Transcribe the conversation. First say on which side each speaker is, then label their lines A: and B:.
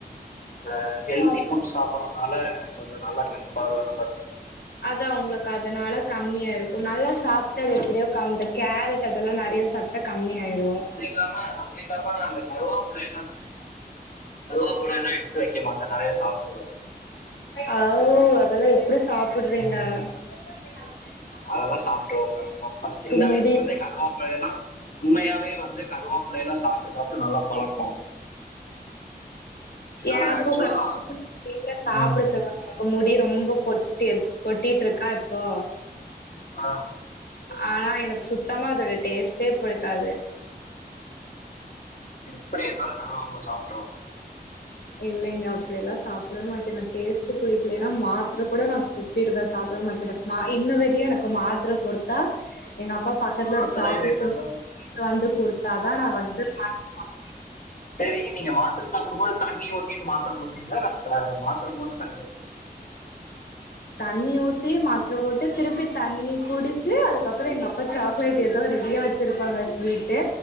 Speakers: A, on the left; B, on the left.
A: இந்த ஹெல்திஃபுட்ஸ்
B: உங்களுக்கு
A: சாப்பட்றனால எனக்கு கொஞ்ச நல்லா கண் பார்வ நல்லா தெரி
B: அது அவுங்களுக்கு அதனால கம்மியா இருக்கு நல்லா சாப்பிட்டா அது எப்டியோ கந்த கேரட் டதெல்லா நெறையா சாப்ட்டா கம்மிய ஆயிரு
A: அது இல்லாம <unintelligible> அந்த கருவாப்பில எல்லா நெறையா சாப்பிடுவே கருவாப்பில எல்லா எடுன் எடுத்து வெய்க்க மாட்டே நெறைய சாப்டுவே
B: ஔ அதெல்லா எப்டி சாப்பிடுறீங்க
A: உம்,
B: லனச்ச
A: அதெல்லா சாப்ட்ருவே மேம் மொஸ் ஃபஸ்ட் சின்ன
B: முடி
A: வய்ஸ்லருந்தே கருவாப் பிலை எல்லா உண்மையவே வந்து கருவாப்லைலா சாப்ட்டு சாப்ட்டு நல்லா பழக்கோ ஏன்னா
B: எனக்கு
A: நா ஆக்சுவலா
B: <inaudible> வீட்ல சாப்பிட
A: ம்
B: சொல்லுவா எனக்கு முடி ரொம்ப கொட்டி கொட்டிட்ருக்கா இப்போ
A: ஆ
B: ஆனா எனக்கு சுத்தமா அதோட டேஸ்ட்டே புடிக்காது
A: எப்டி இருந்தாலு கருவேப்பில சாப்ட்ருவாங்க
B: இல்லைங்க அப்டியெல்லா சாப்டவே மாட்டே எனக் டேஸ்ட்டு புடிக்லேன்னா மாத்ர கூட நா துப் பிருவே சாப்ட மாட்டே எனக்கு மா இன்ன வரையு எனக்கு மாத்ர குடுத்தா எங்கப்பா பக்கத்துல
A: மாத்திரையில
B: ஒரு சாக்லேட்
A: என்ன மேம்
B: <inaudible> வந்து குடுத்தா தா நா வந்து மருந்து சாப்டுவே
A: செரி நீங்க மாத்ர சாப்டும்போது தண்ணி ஊத்திட்டு மாத்ர போடுவீங்ளா இந்த மாத்ர போட்டு தண்ணி ஊத்துவீங்களா
B: தண்ணி ஊத்தி மாத்ர போட்டு திருப்பி தண்ணி குடிச்சு அதுக்கப்றோ எங்கப்பா சாக்லேட் எதோ ரெடியா வெச் சிருப்பாங்க ஸ்வீட்டு